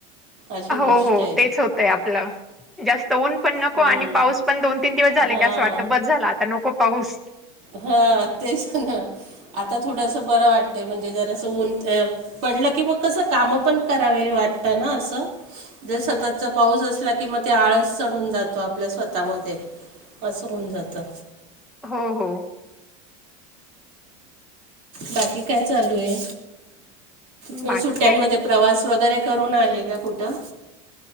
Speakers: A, on the right; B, in the centre.
A: अशी गोष्ट
B: हो हो
A: आहे.
B: तेच होतंय आपलं, जास्त ऊन पण नको
A: हम्म
B: आणि पाऊस. पण दोन तीन दिवस झाले
A: हां
B: का असं, वाटतं बस झाला आता नको पाऊस.
A: हा तेच ना आता थोडंसं बरं वाटतय, म्हणजे जरा असं ऊन ते. पडलं की मग कसं, काम पण करावे वाटतं ना असं. जर सततचा पाऊस चालू असलं की, मग ते आळस चढून जातो आपल्या स्वतःमध्ये. असं होऊन जातं.
B: हो हो.
A: बाकी कायं, चालू ये. तेच
B: बाकी
A: सुट्ट्यांनमध्ये
B: काय आता
A: प्रवास, वगैरे करून आले का कुठं.